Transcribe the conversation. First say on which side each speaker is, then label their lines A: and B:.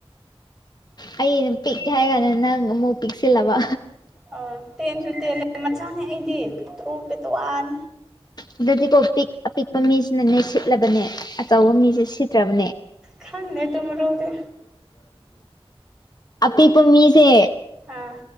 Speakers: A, on the left; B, in the centre.
A: ꯑꯩꯩꯅ ꯄꯤꯛꯑꯦ ꯍꯥꯏ ꯀꯥꯟꯗ ꯅꯪ ꯑꯃꯨꯛ ꯄꯤꯛꯁꯤꯜꯂꯕ
B: ꯑꯥ ꯇꯦꯟꯁꯨ ꯇꯦꯜꯂꯦ ꯃꯆꯥꯅꯦ ꯑꯩꯗꯤ ꯄꯤꯛꯇ꯭ꯔꯨ ꯄꯦꯇꯋꯥꯟ
A: ꯑꯗꯨꯗꯗꯤꯀꯣ ꯄꯤꯛ ꯑꯄꯤꯛꯄ ꯃꯤꯁꯤꯅꯅꯦ ꯁꯤꯠꯂꯕꯅꯦ ꯑꯆꯧꯕ ꯃꯤꯁꯦ ꯁꯤꯠ ꯇ꯭ꯔꯕꯅꯦ
B: ꯈꯪꯗꯦ ꯑꯗꯨ ꯃꯔꯣꯜꯗꯤ
A: ꯑꯄꯤꯛꯄ ꯃꯤꯁꯦ
B: ꯑꯥ